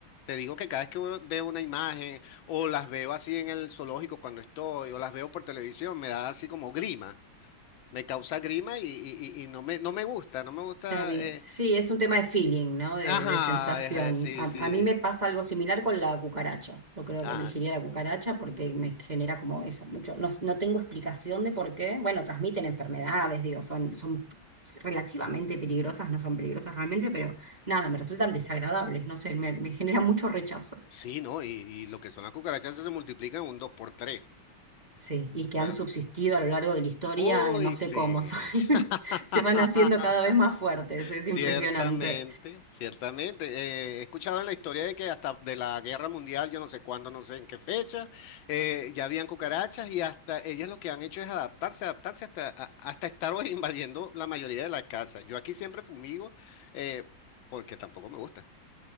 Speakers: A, on the left; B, on the right.
A: te digo que cada vez que uno- veo una imagen o las veo así en el zoológico cuando estoy o las veo por televisión, me da así como grima. Me causa grima y, y- y- y no me, no me gusta, no me gusta.
B: está bien.
A: eh,
B: Sí, es un tema de feeling, ¿no? De,
A: Ajá,
B: de sensación.
A: es- eh, sí,
B: A,
A: sí.
B: a mí me pasa algo similar con la cucaracha. Yo creo
A: Ah,
B: que elegiría la cucaracha porque me genera como eso, mucho. No, s- no tengo explicación de por qué. Bueno, transmiten enfermedades, digo, son, son relativamente peligrosas, no son peligrosas realmente, pero nada, me resultan desagradables, no sé, me, me genera mucho rechazo.
A: sí, no, y, y lo que son las cucarachas se multiplican un 2 por tres
B: Sí, y que
A: Pero,
B: han subsistido a lo largo de la historia,
A: uy,
B: que no sé
A: sí.
B: cómo, <laughs> son-
A: <laughs>
B: se van haciendo cada vez más fuertes, es
A: Ciertamente,
B: impresionante.
A: ciertamente. Eh, he escuchado en la historia de que hasta de la Guerra Mundial, yo no sé cuándo, no sé en qué fecha, eh, ya habían cucarachas y hasta ellas lo que han hecho es adaptarse, adaptarse hasta, a- hasta estar <laughs> hoy invadiendo la mayoría de las casas. Yo aquí siempre fumigo eh, porque tampoco me gusta.